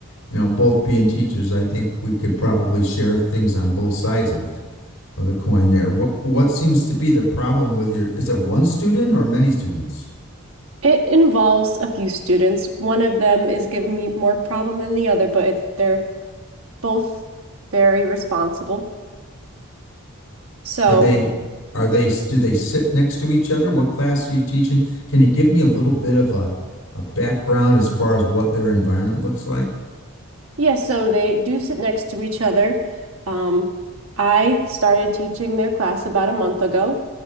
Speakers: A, on the left; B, on the right.
A: you know, both being teachers, I think we could probably share things on both sides of of the coin there. What what seems to be the problem with your, is it one student or many students?
B: It involves a few students. One of them is giving me more problem than the other, but it's, they're both very responsible. So
A: Are they are they do they sit next to each other? What class are you teaching? Can you give me a little bit of a a background as far as what their environment looks like?
B: Yeah, so they do sit next to each other. Um, I started teaching their class about a month ago.